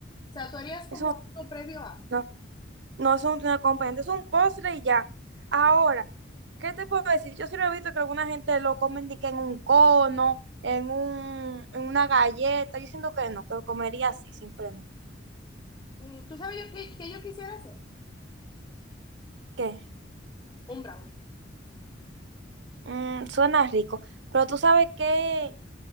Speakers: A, on the left; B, on the right.
A: sea, tú harías como
B: Eso
A: algo previo a.
B: no. No es un un acompañante, es un postre y ya. Ahora, ¿qué te puedo decir? Yo sí lo he visto que alguna gente lo comen de que en un cono, en un, en una galleta. Yo siento que no, que lo comería así, simplemente.
A: Mm, ¿Tú sabes yo qué, qué yo quisiera hacer?
B: ¿Qué?
A: Un brownie.
B: Mm, suena rico. Pero tú sabes que,